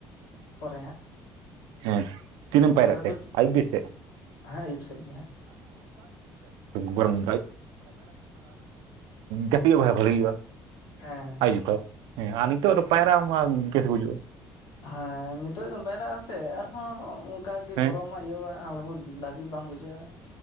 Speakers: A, on the left; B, on the right.
A: ᱯᱚᱨᱮ ᱦᱟᱸᱜ᱾
B: ᱦᱮᱸ ᱛᱤᱨᱮᱢ
A: ᱫᱟᱠᱟ
B: ᱯᱟᱭᱨᱟᱜ ᱛᱮ
A: ᱠᱚ
B: ᱟᱭᱩᱵ ᱵᱤ ᱥᱮᱜ᱾ <unintelligible>
A: ᱦᱮᱸ ᱟᱹᱭᱩᱵ ᱥᱮᱫ ᱜᱮ ᱦᱟᱸᱜ
B: ᱦᱩᱸ ᱡᱟᱹᱯᱤᱫ ᱜᱮ ᱵᱷᱟ ᱵᱷᱟᱞᱤ ᱦᱩᱭᱩᱜᱼᱟ᱾
A: ᱦᱮᱸ᱾
B: ᱟᱭ ᱦᱮᱸ ᱟᱨ ᱱᱤᱛᱚᱜ ᱫᱚ ᱯᱟᱭᱨᱟ ᱢᱟ <unintelligible> ᱵᱩᱡᱩᱜᱼᱟ᱾
A: ᱦᱮᱸ ᱱᱤᱛᱚᱜ ᱫᱚᱢ ᱯᱟᱭᱨᱟᱜ ᱟᱥᱮ ᱟᱨᱦᱚᱸ ᱚᱱᱠᱟᱜ ᱜᱮ
B: ᱦᱮᱸ
A: ᱜᱚᱨᱚᱢᱟ ᱤᱭᱟᱹᱣᱟ ᱦᱚᱲᱢᱚ ᱵᱷᱟ ᱵᱷᱟᱹᱜᱤ ᱵᱟᱝ ᱵᱩᱡᱷᱟᱹᱜᱼᱟ᱾